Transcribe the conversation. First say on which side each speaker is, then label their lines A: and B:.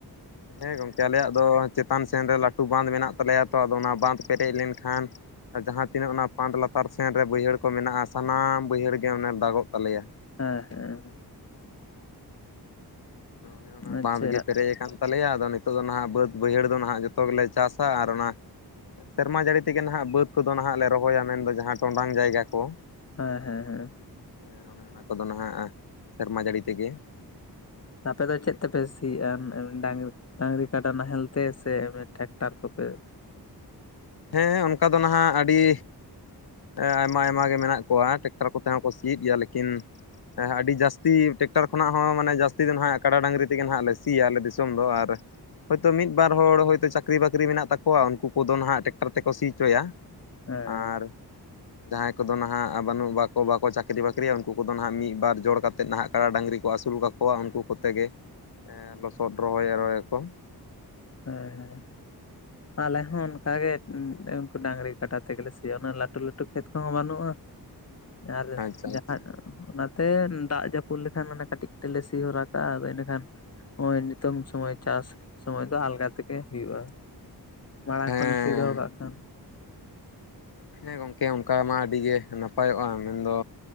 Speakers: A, on the left; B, on the left.
A: ᱦᱮᱸ ᱜᱚᱢᱠᱮ ᱟᱞᱮᱭᱟᱜ ᱫᱚ ᱪᱮᱛᱟᱱ ᱥᱮᱱ ᱨᱮ ᱞᱟᱹᱴᱩ ᱵᱟᱸᱫᱷ ᱢᱮᱱᱟᱜ ᱛᱟᱞᱮᱭᱟ ᱛᱚ ᱟᱫᱚ ᱚᱱᱟ ᱵᱟᱸᱫ ᱯᱮᱨᱮᱡ ᱞᱮᱱᱠᱷᱟᱱ ᱟᱨ ᱡᱟᱦᱟᱸ ᱛᱤᱱᱟᱹᱜ ᱚᱱᱟ ᱯᱟᱱᱫ ᱞᱟᱛᱟᱨ ᱥᱮᱱ ᱨᱮ ᱵᱟᱹᱭᱦᱟᱹᱲ ᱠᱚ ᱢᱮᱱᱟᱜᱼᱟ ᱥᱟᱱᱟᱢ ᱵᱟᱹᱭᱦᱟᱹᱲ ᱜᱮ ᱚᱱᱮ ᱫᱟᱜᱚᱜ ᱛᱟᱞᱮᱭᱟ ᱾
B: ᱦᱮᱸ ᱦᱮᱸ ᱮ
A: ᱚᱱᱮ ᱚᱱᱟ
B: ᱟᱪᱪᱷᱟ
A: ᱵᱟᱸᱫᱽ ᱜᱮ ᱯᱮᱨᱮᱡ ᱟᱠᱟᱱ ᱛᱟᱞᱮᱭᱟ ᱟᱫᱚ ᱱᱤᱛᱚᱜ ᱫᱚ ᱱᱟᱦᱟᱸᱜ ᱵᱟᱹᱫᱽ ᱵᱟᱹᱭᱦᱟᱹᱲ ᱫᱚ ᱱᱟᱦᱟᱸᱜ ᱡᱚᱛᱚ ᱜᱮᱞᱮ ᱪᱟᱥᱟ ᱟᱨ ᱚᱱᱟ ᱥᱮᱨᱢᱟ ᱡᱟᱹᱲᱤ ᱛᱮᱜᱮ ᱱᱟᱦᱟᱸᱜ ᱵᱟᱹᱫᱽ ᱠᱚᱫᱚ ᱱᱟᱦᱟᱜ ᱞᱮ ᱨᱚᱦᱚᱭᱟ ᱢᱮᱱᱫᱚ ᱡᱟᱦᱟᱸ ᱴᱚᱸᱰᱟᱝ ᱡᱟᱭᱜᱟ ᱠᱚ ᱾
B: ᱦᱮᱸ ᱦᱮᱸ ᱦᱮᱸ
A: ᱦᱮᱸ ᱚᱱᱮ ᱚᱱᱟ ᱠᱚᱫᱚ ᱱᱟᱦᱟᱸᱜ ᱥᱮᱨᱢᱟ ᱡᱟᱹᱲᱤ ᱛᱮᱜᱮ
B: ᱟᱯᱮ ᱫᱚ ᱪᱮᱫ ᱛᱮᱯᱮ ᱥᱤᱭᱮᱼᱟ ᱰᱟᱝᱨᱤ ᱰᱟᱝᱨᱤ ᱠᱟᱰᱟ ᱱᱟᱦᱮᱞᱛᱮ ᱥᱮ ᱚᱱᱮ ᱴᱮᱠᱴᱟᱨ ᱠᱚᱛᱮ?
A: ᱦᱮᱸ ᱚᱱᱠᱟ ᱫᱚ ᱱᱟᱦᱟᱜ ᱟᱹᱰᱤ ᱦᱮᱸ ᱟᱭᱢᱟ ᱟᱭᱢᱟ ᱜᱮ ᱢᱮᱱᱟᱜ ᱠᱚᱣᱟ ᱴᱮᱠᱴᱟᱨ ᱠᱚᱛᱮ ᱦᱚᱸᱠᱚ ᱥᱤᱭᱮᱫ ᱜᱮᱭᱟ, ᱞᱮᱠᱤᱱ ᱦᱮᱸ ᱟᱹᱰᱤ ᱡᱟᱹᱥᱛᱤ ᱴᱮᱠᱴᱟᱨ ᱠᱷᱚᱱᱟᱜ ᱦᱚᱸ ᱢᱟᱱᱮ ᱡᱟᱹᱥᱛᱤ ᱫᱚ ᱱᱟᱦᱟᱜ ᱠᱟᱰᱟ ᱰᱟᱝᱨᱤ ᱛᱮᱜᱮ ᱦᱟᱜ ᱞᱮ ᱥᱤᱭᱟ ᱟᱞᱮ ᱫᱤᱥᱚᱢ ᱫᱚ, ᱟᱨ ᱦᱚᱭᱛᱳ ᱢᱤᱫ ᱵᱟᱨ ᱦᱚᱲ ᱦᱚᱳᱭᱛᱳ ᱪᱟᱹᱠᱨᱤ ᱵᱟᱹᱠᱨᱤ ᱢᱮᱱᱟᱜ ᱛᱟᱠᱚᱣᱟ ᱩᱱᱠᱩ ᱠᱚᱫᱚ ᱱᱟᱦᱟᱜ ᱴᱮᱠᱴᱟᱨ ᱛᱮᱠᱚ ᱥᱤ ᱚᱪᱚᱭᱟ,
B: ᱦᱮᱸ
A: ᱟᱨ ᱡᱟᱦᱟᱸᱭ ᱠᱚᱫᱚ ᱱᱟᱦᱟᱜ ᱵᱟᱹᱱᱩᱜ ᱵᱟᱠᱚ ᱵᱟᱠᱚ ᱪᱟᱹᱠᱨᱤ ᱵᱟᱹᱠᱨᱤᱭᱟ ᱩᱱᱠᱩ ᱠᱚᱫᱚ ᱱᱟᱦᱟᱜ ᱢᱤᱫ ᱵᱟᱨ ᱡᱚᱲ ᱠᱟᱛᱮᱫ ᱱᱟᱦᱟᱜ ᱠᱟᱲᱟ ᱰᱟᱹᱝᱨᱤ ᱠᱚ ᱟᱹᱥᱩᱞ ᱠᱟᱠᱚ ᱠᱚᱣᱟ ᱩᱱᱠᱩ ᱠᱚᱛᱮ ᱜᱮ ᱞᱚᱥᱚᱫ ᱨᱚᱦᱚᱭ ᱟᱠᱚ ᱾
B: ᱦᱮᱸ ᱦᱮᱸ
A: <unintelligible>
B: ᱟᱞᱮ ᱦᱚᱸ ᱚᱱᱠᱟᱜᱮ ᱩᱱᱠᱩ ᱰᱟᱝᱨᱤ ᱠᱟᱰᱟ ᱛᱮᱜᱮᱞᱮ ᱥᱤᱭᱟ ᱚᱱᱟ ᱞᱟᱹᱴᱩ ᱞᱟᱹᱴᱩ ᱠᱷᱮᱛ ᱠᱚᱦᱚᱸ ᱵᱟᱹᱱᱩᱜᱼᱟ ᱾ ᱟᱨ
A: ᱟᱪᱪᱷᱟ
B: ᱡᱟᱦᱟᱸ
A: ᱟᱪᱪᱷᱟ
B: ᱚᱱᱟᱛᱮ ᱫᱟᱜ ᱡᱟᱹᱯᱩᱫ ᱞᱮᱠᱷᱟᱱ ᱢᱟᱱᱮ ᱠᱟᱹᱴᱤᱡ ᱠᱟᱹᱴᱤᱡ ᱛᱮᱞᱮ ᱥᱤ ᱦᱚᱨᱟ ᱠᱟᱜᱼᱟ ᱟᱫᱚ ᱤᱱᱟᱹᱠᱷᱟᱱ ᱦᱚᱭ ᱱᱤᱛᱚᱝ ᱥᱚᱢᱚᱭ ᱪᱟᱥ ᱥᱚᱢᱚᱭ ᱫᱚ ᱟᱞᱜᱟ ᱛᱮᱜᱮ ᱦᱩᱭᱩᱜᱼᱟ, ᱢᱟᱲᱟᱝ
A: ᱦᱮᱸ
B: ᱠᱷᱚᱱᱮᱢ ᱥᱤ ᱫᱚᱦᱚ ᱠᱟᱜ ᱠᱷᱟᱱ
A: ᱦᱮᱸ ᱜᱚᱝᱠᱮ ᱚᱱᱠᱟ ᱢᱟ ᱟᱹᱰᱤᱜᱮ ᱱᱟᱯᱟᱭᱚᱜᱼᱟ, ᱢᱮᱱᱫᱚ